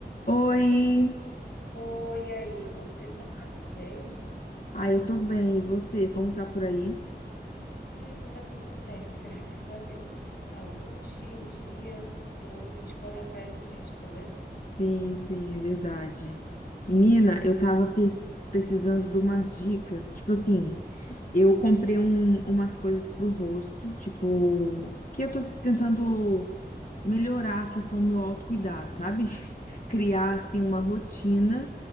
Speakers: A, on the left; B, on the left.
A: Oi!
B: Oi, aí, como você tá? Tudo bem?
A: Ah, eu tô bem. E você, como tá por aí?
B: Ah, aqui tá tudo certo, <laughs> graças a Deus. Saúde em dia, então a gente corre atrás do resto, né?
A: Sim, sim, é verdade. Menina, eu tava pe- precisando de umas dicas. Tipo assim, eu comprei
B: Hum,
A: um- umas coisas pro rosto, tipo, que eu tô tentando. melhorar a questão do meu autocuidado, sabe? <laughs> Criar, assim, uma rotina